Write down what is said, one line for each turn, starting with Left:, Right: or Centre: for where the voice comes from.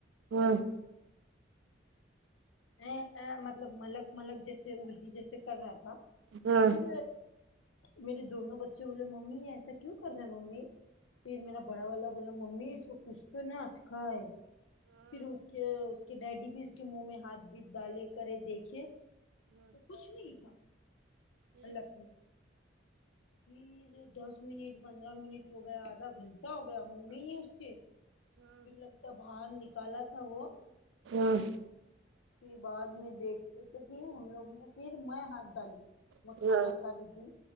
Right: ہوں
Left: ا ا مطلب ملک ملک جیسے الٹی جیسے کر رہا تھا
Right: ہاں
Left: پھر میرے دونوں بچے بولے ممی ایسا کیوں کر رہے ہیں ممی پھر میرا بڑا والا بولا ممی اس کو کچھ تو نہ اٹکا ہے پھر اس کے اس کے ڈیڈی بھی اس کے منہ میں ہاتھ بیت ڈالے کرے دیکھے تو کچھ نہیں تھا ہلاک میں پھر دس منٹ پندرہ منٹ ہو گیا آدھا گھنٹہ ہو گیا منہ میں لی اس کے پھر لگتا ہے باہر نکالا تھا وہ
Right: ہوں
Left: پھر بعد میں دیکھ کے تو فر ہم لوگ نے فر میں ہاتھ ڈالی میں
Right: باکس
Left: کھانا کھا ری تھی